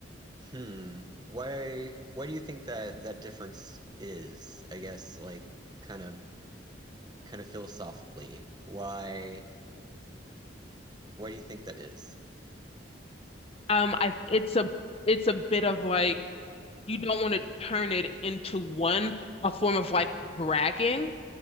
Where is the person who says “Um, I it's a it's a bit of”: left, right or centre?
Left